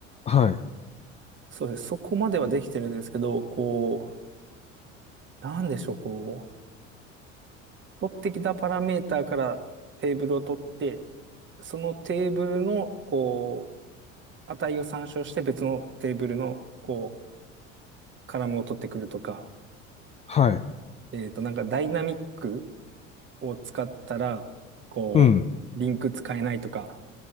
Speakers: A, on the left; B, on the right.
A: はい、
B: そうです。そこまではできてるんですけど、こう、なんでしょう、こう、取ってきたパラメータからテーブルを取って、そのテーブルの、こう、値を参照して別のテーブルの、こう、カラムを取ってくるとか、
A: はい、
B: えっと、なんかダイナミックを使ったら、こう、
A: うん。
B: リンク使えないとか、